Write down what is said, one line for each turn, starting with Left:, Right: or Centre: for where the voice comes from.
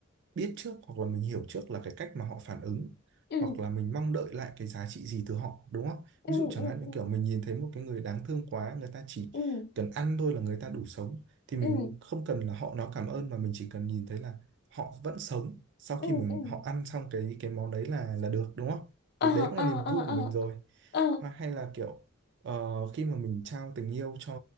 Right: biết trước hoặc là mình hiểu trước là cái cách mà họ phản ứng
Left: ừ
Right: hoặc là mình mong đợi lại cái giá trị gì từ họ đúng không?
Left: ừ
Right: Ví dụ chẳng
Left: ừ
Right: hạn
Left: ừ
Right: như kiểu mình nhìn thấy một cái người đáng thương quá người ta chỉ
Left: ừ
Right: cần ăn thôi là người ta đủ sống thì mình
Left: ừ
Right: không cần là họ nói cảm ơn mà mình chỉ cần nhìn thấy là họ vẫn sống sau
Left: ừ
Right: khi mình
Left: ừ
Right: họ ăn xong cái cái món đấy là là được đúng không? Thì
Left: à
Right: đấy cũng
Left: à
Right: là niềm vui
Left: à
Right: của mình
Left: à
Right: rồi
Left: à
Right: hoặc hay là kiểu ờ, khi mà mình trao tình yêu cho